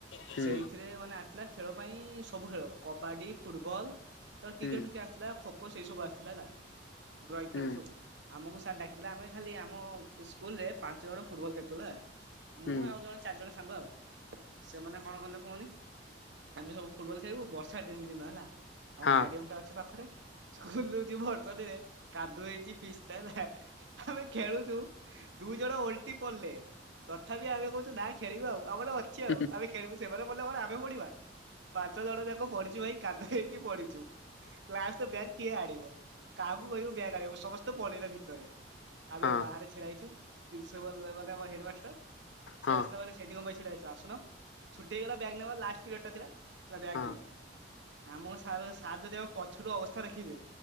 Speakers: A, on the left; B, on the right.
A: ହୁଁ
B: ସେଇଥିରେ ମାନେ ଆସିଲା ଖେଳ ପାଇଁ ସବୁ ଖେଳ କବାଡି ଫୁଟବଲ ତ କ୍ରିକେଟ
A: ହୁଁ
B: ଫ୍ରିକେଟ ଆସିଥିଲା ଖୋ ଖୋ ସେଇ ସବୁ ଆସିଥିଲା ହେଲା ଡ୍ରଇଙ୍ଗ
A: ହୁଁ
B: ଫ୍ରଇଙ୍ଗ ସବୁ ଆମକୁ ଡାକିଥିଲା ଆମେ ଖାଲି ଆମ ସ୍କୁଲ ରେ ପାଞ୍ଚ ଜଣ ଫୁଟବଲ ଖେଳୁଥିଲୁ ହା ମୁଁ
A: ହୁଁ
B: ଆଉ ଜଣେ ଚାରି ଜଣ ସାଙ୍ଗ ଆଉ ସେମାନେ କଣ କଲେ କୁହନି ଆମେ ସବୁ ଫୁଟବଲ ଖେଳିବୁ ବର୍ଷା ଦୀନ୍ ଦିନ ହେଲା। ଆମ
A: ହଁ
B: ଷ୍ଟାଡିୟମ ଟା ଅଛି ପାଖରେ ସ୍କୁଲ ରୁ ଯିବୁ ବର୍ଷା ଦିନେ କାଦୁଅ ହେଇଛି ପିଚ୍ ଟା ହେଲା ଆମେ ଖେଳୁଛୁ ଦୁଈ ଜଣ ଓଲଟି ପଡ଼ିଲେ। ତଥାପି ଆମେ କହୁଛୁ ନା ଖେଳିବା ଆଉ ଆମର ଅଛି ଆଉ
A: ହଁ
B: ଆମେ ଖେଳିବୁ ସେମାନେ ପଡ଼ିଲେ କଣ ଆମେ ପଢିବା। ପାଞ୍ଚ ଜଣ ଯାକ ପଢିଛୁ ଭାଇ କାଦ ହେଇକି ପଢିଛୁ କ୍ଲାସ ଟୁ ବ୍ୟାଗ କିଏ ଆଣିବ। କାହାକୁ କହିବୁ ବ୍ୟାଗ୍ ଆଣିବ ସମସ୍ତେ ତ ପଳେଇଲା ଭିତରେ ଆମେ
A: ହଁ
B: ବାହାରେ ଛିଡ଼ା ହେଇଛୁ ପ୍ରିନ୍ସିପାଲ ମାନେ ଆମର ହେଡ୍ ମାଷ୍ଟର ସେ
A: ହଁ
B: ଆସିଲା ବୋଲି ସେଇଠି କଣ ପାଇଁ ଛିଡ଼ା ହେଇଚ ଆସୁନ ଛୁଟି ହେଇଗଲା ବ୍ୟାଗ୍ ନେବା ଲାଷ୍ଟ ପିରିୟଡ ଟା ଥିଲା। କହିଲା ବ୍ୟାଗ
A: ହଁ
B: ନେଇଯାଅ ଆମ ସାର୍ ସାର୍ ଯଦି ଆମ ପଛରୁ ଅବସ୍ଥା ଦେଖିବେ